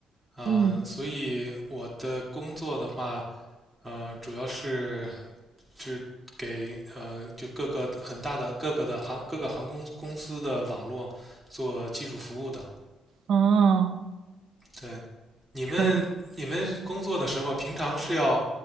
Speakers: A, on the right; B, on the right.
A: 啊、
B: 嗯，
A: 所以我的工作的话，呃，主要是是给呃，就各个很大的各个的航各个航空公司的网络做技术服务的。
B: 哦，
A: 对，你们你们工作的时候，
B: 可以。
A: 平常是要